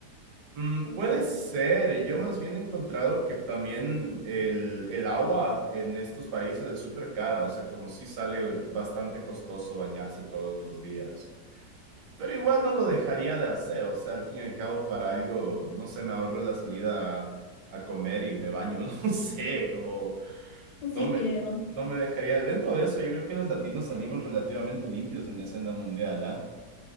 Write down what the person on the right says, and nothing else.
Mm,
puede ser, yo más bien he encontrado que también el, el agua en estos países es súper cara, o sea, como sí sale bastante costoso bañarse todos los días, pero igual no lo dejaría de hacer, o sea, al fin y al cabo para algo, no sé, me ahorro la salida a, a comer y me baño, <laughs> no sé, como
No me,
no me dejaría. Dentro de eso, yo creo que los latinos salimos relativamente limpios en la escena mundial, ¿ah?